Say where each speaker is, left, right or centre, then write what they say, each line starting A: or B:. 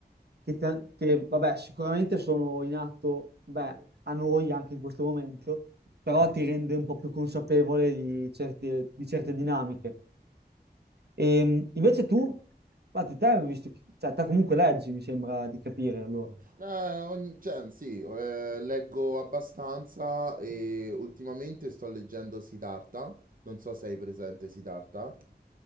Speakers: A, on the right; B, on the right.
A: che ti- che, vabbè, sicuramente sono in atto, beh, a noi anche in questo momento, però ti rende un po' più consapevole di certe, di certe dinamiche. E, invece tu, infatti te, hai visto, che- cioè, te comunque leggi, mi sembra di capire allora.
B: Eh, ogni- cioè, sì, eh, leggo abbastanza e ultimamente sto leggendo Siddhartha, non so se hai presente Siddhartha.